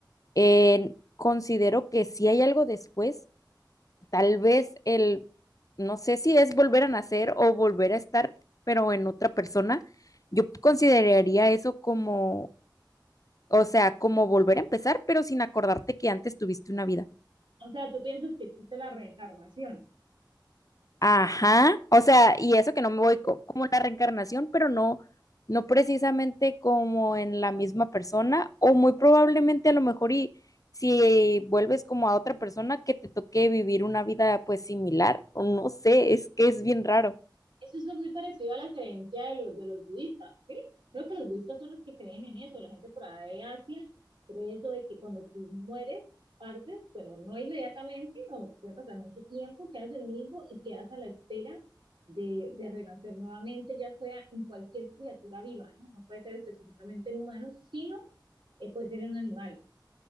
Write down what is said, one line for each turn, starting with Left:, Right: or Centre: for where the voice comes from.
Left: eh, considero que si hay algo después, tal vez el, no sé si es volver a nacer o volver a estar, pero en otra persona, yo consideraría eso como, o sea, como volver a empezar, pero sin acordarte que antes tuviste una vida.
Right: O sea, tú piensas que existe la reencarnación.
Left: Ajá, o sea, y eso que no me voy
Right: Dice
Left: co- como la reencarnación, pero no, no precisamente como en la misma persona, o muy probablemente a lo mejor y si vuelves como a otra persona que te toque vivir una vida pues similar, o no sé, es que es bien raro.
Right: Eso es muy parecido a la creencia de los, de los budistas, ¿sí? Creo que los budistas son los que creen en eso. La gente por ahí de Asia cree eso de que cuando tú mueres, partes, bueno, no inmediatamente, no puede pasar mucho tiempo, quedas en un limbo y quedas a la espera de, de renacer nuevamente, ya sea en cualquier criatura viva, ¿no? No puede ser específicamente en humanos, sino eh, puede ser en un animal.